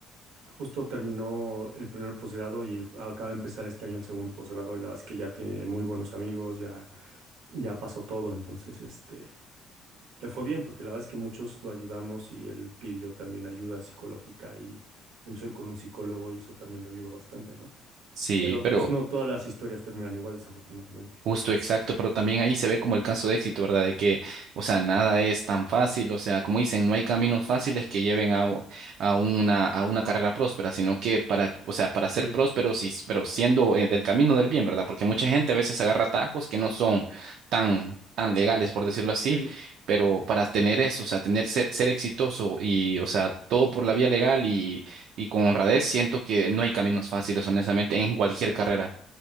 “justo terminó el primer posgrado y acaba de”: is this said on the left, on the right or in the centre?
Right